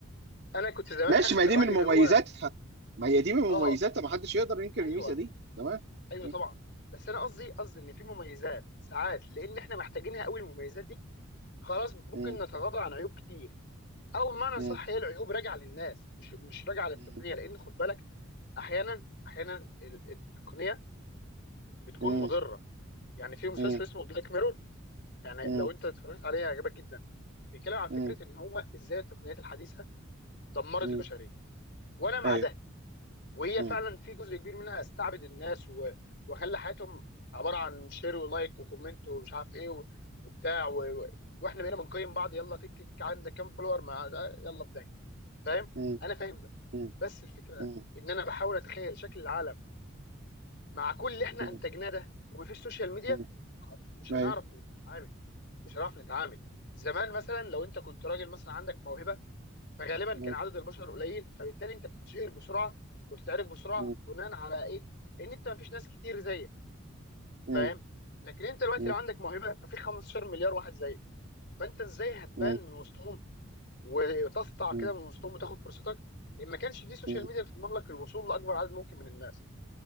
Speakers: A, on the left; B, on the right.
A: انا كنت زمان
B: ماشي
A: اخد
B: ما هي
A: الراي
B: دي من مميزاتها
A: اللي هو
B: ما هي دي من مميزاتها
A: اه
B: ما حدش يقدر ينكر
A: ايوه
B: الميزه دي تمام
A: ايوه
B: مم.
A: طبعا بس انا قصدي قصدي ان في مميزات ساعات لان احنا محتاجينها قوي المميزات دي خلاص ممكن
B: مم.
A: نتغاضى عن عيوب كتير او بمعنى
B: مم.
A: صح هي العيوب راجعه للناس مش مش راجعه للتقنيه
B: مم.
A: لان خد بالك احيانا احيانا ال- التقنيه بتكون
B: مم.
A: مضره يعني في مسلسل
B: مم.
A: اسمه بلاك ميرور يعني
B: مم.
A: لو انت اتفرجت عليه هيعجبك جدا بيتكلم عن فكره
B: مم.
A: ان هو ازاي التقنيات الحديثه دمرت
B: مم.
A: البشريه وانا مع
B: ايوه
A: ده وهي
B: مم.
A: فعلا في جزء كبير منها استعبد الناس و- وخلى حياتهم عباره عن شير ولايك وكومنت ومش عارف ايه و- وبتاع و... و- واحنا بقينا بنقيم بعض يلا تك تك عندك كام فولور ما يلا في ده فاهم
B: مم.
A: انا فاهم ده
B: مم.
A: بس الفكره
B: مم.
A: ان انا بحاول اتخيل شكل العالم مع كل اللي احنا
B: مم.
A: انتجناه ده ومفيش سوشيال ميديا
B: مم.
A: خ- مش
B: ايوه
A: هنعرف نتعامل مش هنعرف نتعامل زمان مثلا لو انت كنت راجل مثلا عندك موهبه فغالبا
B: مم.
A: كان عدد البشر قليل فبالتالي انت بتتشهر بسرعه وبتتعرف بسرعه
B: مم.
A: بناء على ايه ان انت مفيش ناس كتير زيك
B: مم.
A: فاهم لكن انت دلوقتي
B: مم.
A: لو عندك موهبه ففي 15 مليار واحد زيك فانت ازاي هتبان
B: مم.
A: من وسطهم وتسطع
B: مم.
A: كده من وسطهم وتاخد فرصتك ان ما كانش في سوشيال
B: مم.
A: ميديا بتضمن لك الوصول لاكبر عدد ممكن من الناس